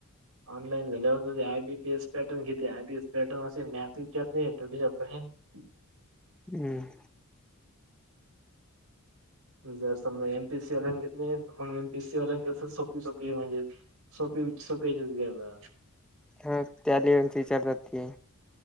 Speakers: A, on the right; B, in the centre.
A: ऑनलाईन झाल्यावर ते, आय बीपीएस पॅटर्न घेते, आय बीएस पॅटर्न, असे मॅसेज <unintelligible>
B: हम्म,
A: जर समजा एमपी सी वल्यानी, घेतली मग एसीवान कस, सोपी, सोपी म्हणजे सोपी, सोपी घ्याला,
B: ह त्या <unintelligible> विचार जात